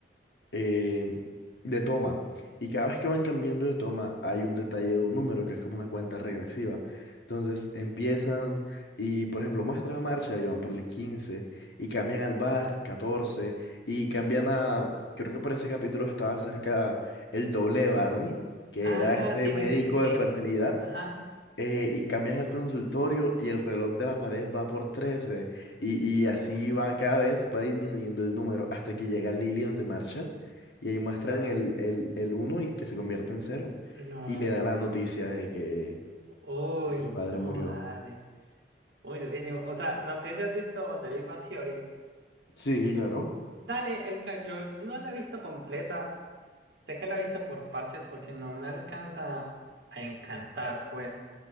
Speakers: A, on the left; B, on the right.
A: eh, de toma. Y cada vez que van cambiando de toma hay un detalle de un número que es como una cuenta regresiva. Entonces empiezan y, por ejemplo, muestran a Marshall y van por el 15 y cambian al bar 14 y cambian a, creo que por ese capítulo estaba cerca el doble de Barney, que
B: Ah,
A: era este
B: sí,
A: médico
B: sí, sí, sí, sí.
A: de fertilidad
B: Ajá.
A: eh, y cambian el consultorio y el reloj de la pared va por 13 y, y
B: Ah,
A: así va cada vez, va disminuyendo el número hasta que llega Lillian de Marshall y ahí muestran el, el, el uno y que se convierte en cero
B: No.
A: y le da la noticia de que,
B: Uy,
A: de que el padre
B: no,
A: murió.
B: dale. Uy, durísimo. O sea, no sé si has visto The Big Bang Theory.
A: Sí, claro.
B: Dale, el ca- yo no la he visto completa. Sé que la he visto por parches porque no me alcanza a encantar, pues.